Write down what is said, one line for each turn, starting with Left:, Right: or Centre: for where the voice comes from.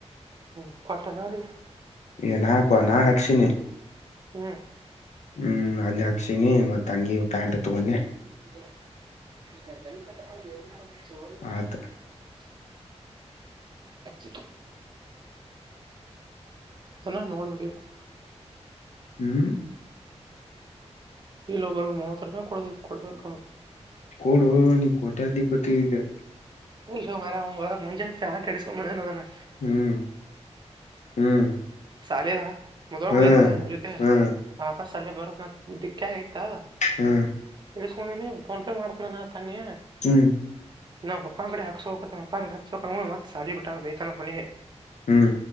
Right: ಹ್ಮ ಕೊಟ್ಟನಾಾರಿ
Left: ಏನ ಹಾಕುವ ನಾ ಹಾಕ್ಸಿನಿ
Right: ಹ್ಮ್
Left: ಹ್ಮ್ ಅಲ್ಲಿ ಹಾಕ್ಸಿನಿ ಮತ್ತೆ ತಂಗಿ ಪ್ಯಾಂಟ್ ಇ ತಗೊಂಡನೆ
Right: <unintelligible> ಹ
Left: ಆತ
Right: <unintelligible> ಹಣ ನೋಡ್ಬೇಕ ಯಿಗ
Left: ಹ್ಮ್
Right: ಈ ಲೋಗರಿಗೆ ಮೂವತ್ರರವೇ ಕುಡಕಡ್ಬೇಕ
Left: ಕೊೋಡೋ ನೀ ಕೋಟ್ಯಾ ಅಧಿಪತಿಗೆ
Right: ಸ ಮಾರ ಅವ್ಊರ ಮುಂಜೆ ್ಯಾಟ್ ಎಡ್ಕೊಂಡಣನಾನೆ
Left: ಹ್ಮ್ ಹ್ಮ್
Right: ಸಾಲೆದ ಮೊದ್ಳಗಿಂದ
Left: ಹ್ಮ್
Right: ನಮ್ಮ ಜೊತೆ
Left: ಹ್ಮ್
Right: ಆಫಸ್ ಸಲ್ಲೆ ಬರೋದ ದಿಕ್ಕ ಆಗ ಆಯ್ತದ
Left: ಹ್ಮ್
Right: ನಿಗಸ್ಕಂದೀನಿ ಫೋನ್ಪೇ ಮಾಡ್ತ ನಾನ ತನ್ನಿ
Left: ಹ್ಮ್
Right: ನಾ ಅಪ್ಪ ಕಡೆ ಹಾಕೋ ಅಪ ಹ ಮತ್ ಸಾಲ ಬಿಟ್ಟ ಬೈತ್ತನ್ ಅಂಕೊಂಡಿದೆ
Left: ಹ್ಮ್